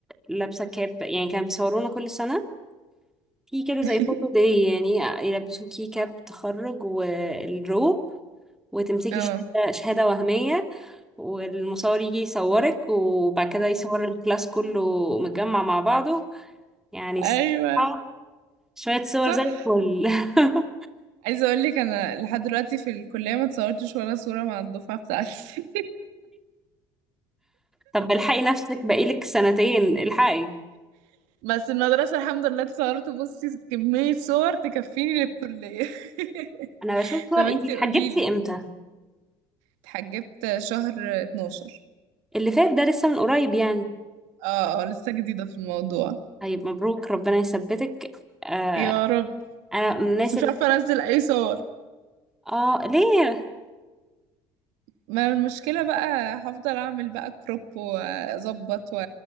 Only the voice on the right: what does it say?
<laughs>
اه
ايوه
صح
عايزه اقول لك انا لحد دلوقتي في الكليه ما اتصورتش ولا صوره مع الدفعه بتاعتي
<laughs> بس المدرسه الحمد لله اتصورت بصي كميه صور تكفيني للكليه
<laughs>
طب انتي
قولي لي
اتحجبت شهر 12
اه اه لسه جديده في الموضوع
يا رب
بس مش
عارفه انزل اي صور
ما المشكله بقى هفضل اعمل بقى كروب واظبط و...